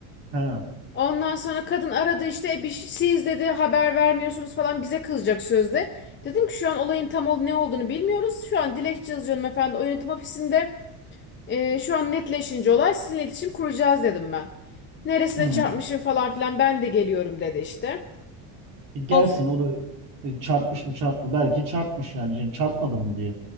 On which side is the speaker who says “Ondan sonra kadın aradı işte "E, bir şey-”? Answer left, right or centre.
Left